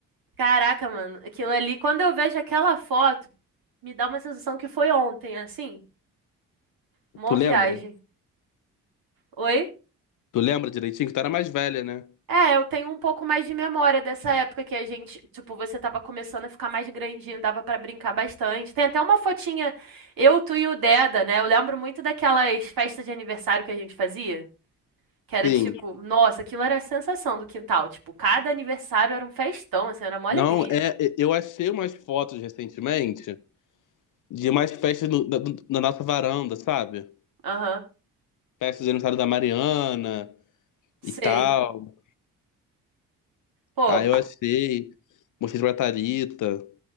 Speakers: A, on the right; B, on the left.
A: Caraca, mano, aquilo ali, quando eu vejo aquela foto. Me dá uma sensação que foi ontem, assim. Mó
B: Tu lembra?
A: viagem. Oi?
B: Tu lembra direitinho? Que tu era mais velha, né?
A: É, eu tenho um pouco mais de memória dessa época que a gente, tipo, você tava começando a ficar mais grandinho, dava pra brincar bastante. Tem até uma fotinha, eu, tu e o Deda, né? Eu lembro muito daquelas festas de aniversário que a gente fazia, que era
B: Sim.
A: tipo, nossa, aquilo era a sensação do quintal. Tipo, cada aniversário era um festão, assim, era mó alegria.
B: Não, é. é, Eu achei umas fotos recentemente
A: Uhum.
B: de mais festas no- da, do- na nossa varanda, sabe?
A: Aham,
B: Festas de aniversário da Mariana
A: sei.
B: e tal.
A: Pô,
B: Aí eu achei. Mostrei pra Thalita.